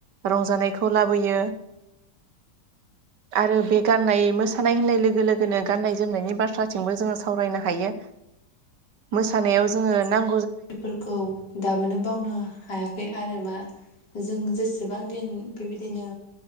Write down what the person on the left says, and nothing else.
<inaudible>
बेफोरखौ दाबोनो बावनो हायाखै आरो मा जों जेसे बां दिन बेबायदिनो